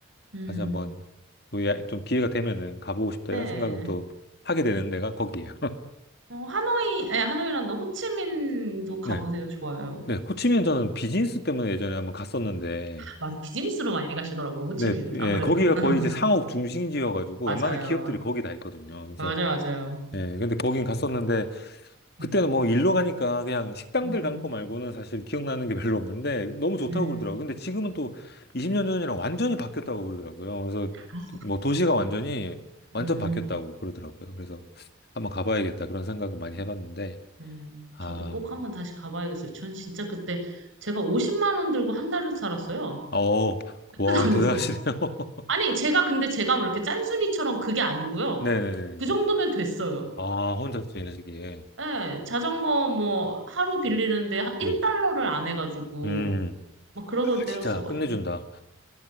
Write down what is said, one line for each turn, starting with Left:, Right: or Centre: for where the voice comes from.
Right: 음.
Left: 다시 한번 또 야- 좀 기회가 되면은 가보고 싶다
Right: 네.
Left: 이런 생각은 또 하게 되는 데가 거기예요. <laughs>
Right: 어, 하노이, 아니, 하노이란다. 호치민도 가보세요.
Left: 네.
Right: 좋아요.
Left: 네, 호치민 저는 비즈니스 때문에 예전에 한번 갔었는데
Right: 맞아. 비즈니스로 많이 가시더라고요. 호치민은.
Left: 네, 예,
Right: 아무래도.
Left: 거기가
Right: <laughs>
Left: 거의 이제 상업 중심지여가지고
Right: 맞아요.
Left: 웬만한 기업들이 거기 다 있거든요. 그래서,
Right: 맞아요. 맞아요.
Left: 예, 근데 거긴 갔었는데, 그때는
Right: 음,
Left: 뭐 일로 가니까 그냥 식당들
Right: 음,
Left: 간 거 말고는 사실 기억나는 게 <laughs> 별로 없는데, 너무 좋다고
Right: 음,
Left: 그러더라고요. 근데 지금은 또 20년 전이랑 완전히 바뀌었다고 그러더라고요. 그래서
Right: 아,
Left: 뭐 도시가 완전히, 완전
Right: 음.
Left: 바뀌었다고 그러더라고요. 그래서 한번 가봐야겠다 그런 생각을 많이 해봤는데,
Right: 네.
Left: 아,
Right: 저도 꼭 한번 다시 가봐야겠어요. 전 진짜 그때 제가 50만 원 들고 한 달을 살았어요.
Left: 어,
Right: 베트남에서.
Left: 와, 대단하시네요. <laughs>
Right: 아니, 제가 근데 제가 뭐 이렇게 짠순이처럼 그게 아니고요.
Left: 네네네.
Right: 그 정도면 됐어요.
Left: 아, 혼자서 지내시기에.
Right: 예, 자전거 뭐 하루 빌리는데 1달러를
Left: 음.
Right: 안 해가지고
Left: 음.
Right: 막 그러던 때였어가지고
Left: 진짜 끝내준다.